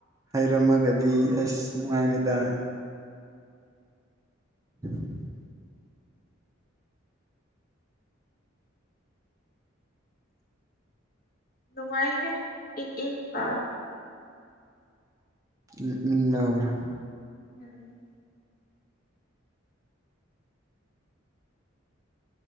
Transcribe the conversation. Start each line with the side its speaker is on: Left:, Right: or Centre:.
Right: ꯍꯩꯔꯝꯃꯒꯗꯤ ꯑꯁ ꯅꯨꯡꯉꯥꯏꯅꯤꯗ <unintelligible>
Left: ꯅꯨꯡꯉꯥꯏꯍꯦ ꯏꯪ ꯏꯪ ꯂꯥꯎꯔ
Right: ꯏꯪ ꯏꯪ ꯂꯥꯎꯕ꯭ꯔꯣ
Left: ꯎꯝ